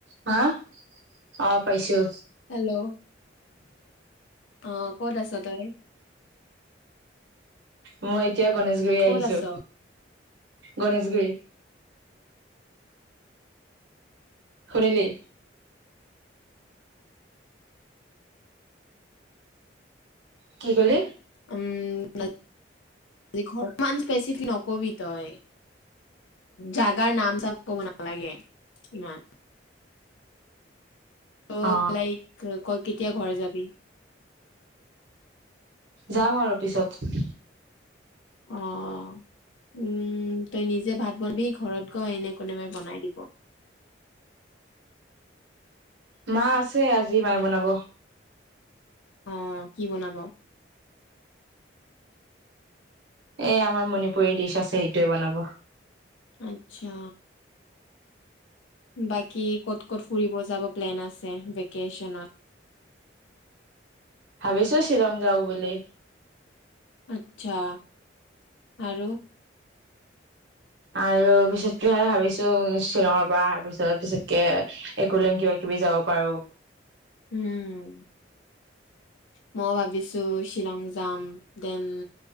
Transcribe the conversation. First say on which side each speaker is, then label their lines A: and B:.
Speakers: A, on the right; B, on the left.
A: হা অ পাইছো
B: হেল্ল' অ', ক'ত আছ তই?
A: মই এতিয়া গনেশগুৰি আহিছো।
B: ক'ত আছ
A: গণেশগুৰি। শুনিলি? কি ক'লি?
B: উম, ঘৰ মান স্পেচিফিক নক'বি তই। জাগাৰ নাম চাপ ক'ব নালাগে ইমান। ত'
A: অ
B: লাইক ক' কেতিয়া ঘৰ যাবি?
A: যাম আৰু পিছত।
B: অহ উম, তই নিজে ভাত <unintelligible> ঘৰত গৈ এনে কোনোবাই বনাই দিব।
A: মা আছে, আজি মায়ে বনাব।
B: অ', কি বনাব?
A: এ আমাৰ মণিপুৰী ডিচ আছে সেইটোৱে বনাব।
B: আতছা বাক কি ক'ত ক'ত ফুৰিব যাব? প্লেন আছে ভেকেশ্যনত?
A: ভাবিছো শ্বিলং যাওঁ বুলি।
B: আতচ্ছা আৰু?
A: আৰু পিছতকেহে ভাবিছো শ্বিলঙৰ পৰা আৰ পিছত পিছতকে একলেন কিবা কিবি যাব পাৰো।
B: উম। মই ভাবিছো শ্বিলং যাম, দেন